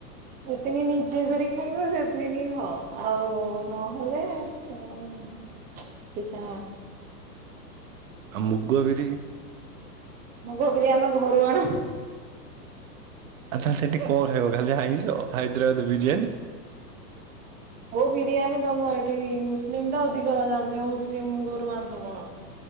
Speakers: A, on the right; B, on the right.
A: ଏତେକି ନିଜେ କରି ଖାଇବ ସେତିକି ହ ଆଉ ନହେଲେ କି ଛା।
B: ଆଉ ମୁଗ ବିରି।
A: ମୁଗ ବିରି ଆମେ ଘରୁ ଆଣୁ।
B: ଆଚ୍ଛା ସେଠି କଣ ଖାଇବ ଖାଲି ଆାଇସ ହାଇଦ୍ରାବାଦ ବିରିୟାନୀ।
A: ହୋ ବିରିୟାନୀ ତମ ଏଠି ମୁସଲିମ ତ ଅଧିକ ଜାଣିଥିବ ମୁସଲିମ ଗୋରୁ ମାଂସ କଣ?